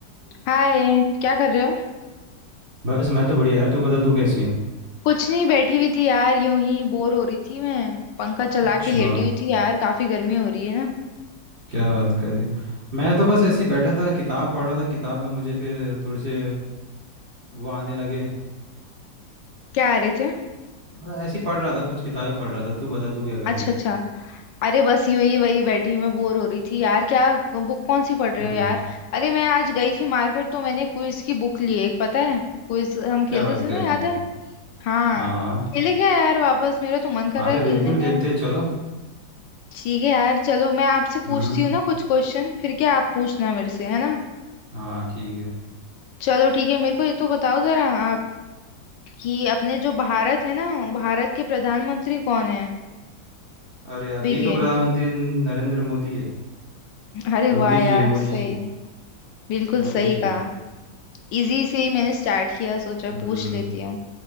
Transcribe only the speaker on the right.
अरे
बस मैं तो बढ़िया यार तू बता तू कैसी है
अच्छा
क्या बात करी मैं तो बस ऐसे ही बैठा था किताब पढ़ रहा था किताब में मुझे फिर थोड़े से वो आने लगे
मतलब ऐसे ही पढ़ रहा था कुछ किताबें पढ़ रहा था तू बता तू क्या कर
रही है
हम्म
क्या
बात कर
रही
है
हाँ
हाँ,
अरे
बिल्कुल
खेलते हैं चलो
हम्म
हाँ ठीक है
अरे अभी
तो प्रधानमंत्री नरेंद्र मोदी है
मोदी
जी है मोदी
जी
मोदी
जी
हम्म